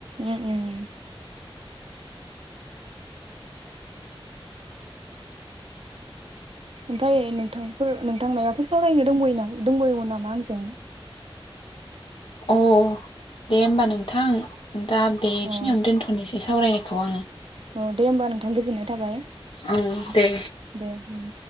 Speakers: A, on the right; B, on the left.
A: उम उम ओमफ्राय नोंथांफोर नोंथां मायाबाफोर सावरायनो दब'योना दंब'योमोन नामा आंजों।
B: अ दे होमबा नोंथां। दा बेखिनियावनो
A: अ
B: दोनथ'नोसै। ए सावरायनायखौ आङो।
A: अ दे होमबा नोंथां गोजोननाय थाबाय
B: औ दे
A: दे उम।